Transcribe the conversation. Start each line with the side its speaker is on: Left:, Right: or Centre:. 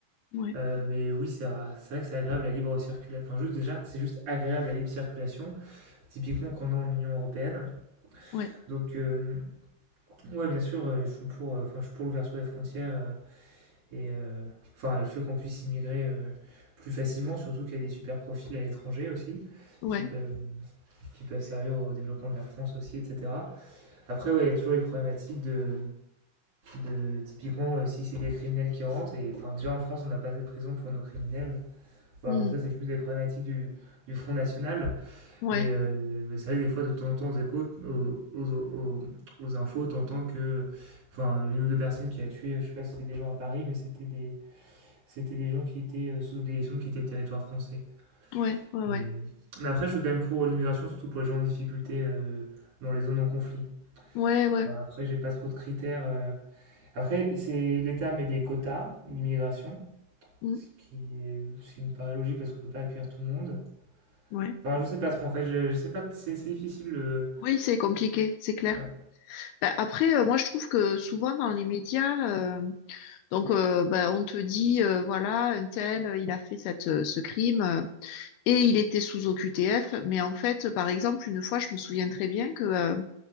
Left: ouais,
Right: Euh, mais oui, c'est vrai, c'est vrai que c'est agréable la libre circulation. Enfin, juste déjà, c'est juste agréable la libre circulation, typiquement qu'on a en Union européenne.
Left: ouais,
Right: Donc, euh, Ouais, bien sûr, heu, je suis pour, heu, enfin, je suis pour l'ouverture des frontières, heu et heu, enfin, le fait qu'on puisse immigrer, heu, plus facilement, surtout qu'il y a des super profils à l'étranger aussi,
Left: ouais,
Right: qui peuvent qui peuvent servir au développement de la France aussi et cetera. Après, ouais, il y a toujours les problématiques de de typiquement, heu, si c'est des criminels qui rentrent et enfin, déjà en France, on n'a pas assez de prisons pour nos criminels. Ouais,
Left: Hmm.
Right: bon, ça, c'est plus des problématiques du du Front national,
Left: ouais,
Right: mais heu, bah, c'est vrai que des fois, de temps en temps, aux échos, aux aux aux aux infos, tu que enfin, une ou 2 personnes qui a tué, je sais pas si c'était des gens à Paris, mais c'était des c'était des gens qui étaient, heu, sous obligation de quitter le territoire français.
Left: ouais, ouais,
Right: Mais
Left: ouais,
Right: mais après, je suis quand même pour l'immigration, surtout pour les gens en difficulté, heu, dans les zones en conflit.
Left: ouais, ouais,
Right: Bah, après, j'ai pas trop de critères, heu, après, c'est l'État met des quotas d'immigration,
Left: Hmm.
Right: ce qui est ce qui me paraît logique parce qu'on peut pas accueillir tout le monde.
Left: ouais.
Right: Enfin, je sais pas trop, en fait, je je sais pas, c'est c'est difficile, heu,
Left: Oui, c'est compliqué, c'est clair.
Right: ouais.
Left: Bah, après, euh, moi, je trouve que souvent dans les médias, Donc, euh, bah, on te dit, euh, voilà, un tel, euh, il a fait cette, euh, ce crime euh, et il était sous OQTF. Mais en fait, par exemple, une fois, je me souviens très bien que euh,